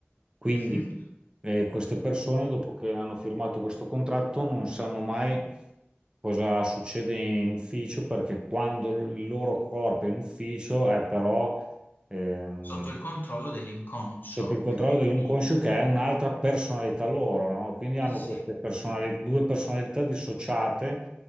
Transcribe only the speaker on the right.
Quindi
eh, queste persone, dopo che hanno firmato questo contratto, non sanno mai cosa succede in ufficio, perché quando il loro corpo è in ufficio è però ehm,
sotto il controllo
dell'inconscio che è un'altra personalità loro, no? Quindi hanno
queste personali- due personalità dissociate